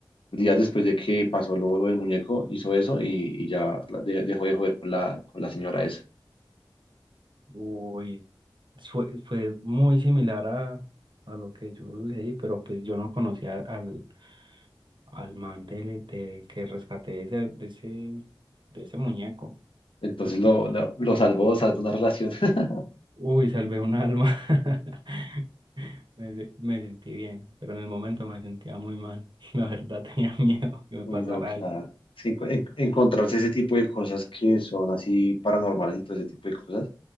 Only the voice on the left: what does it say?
días después de que pasó lo, lo del muñeco, hizo eso y, y ya la- de- dejó de joder con la, con la señora esa.
Entonces
lo, lo, lo salvó, salvó una relación. <laughs>
Uy,
no, claro.
Es que enco- en- encontrarse ese tipo de cosas que son así paranormales y todo ese tipo de cosas